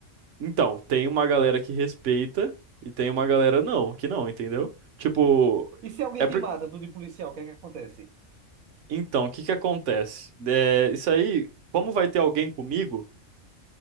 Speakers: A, on the right; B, on the right.
A: Então, tem uma galera que respeita e tem uma galera não, que não, entendeu? Tipo,
B: E se alguém
A: é por...
B: te mata, tu de policial, o que é que acontece?
A: Então, o que que acontece? É, isso aí, como vai ter alguém comigo,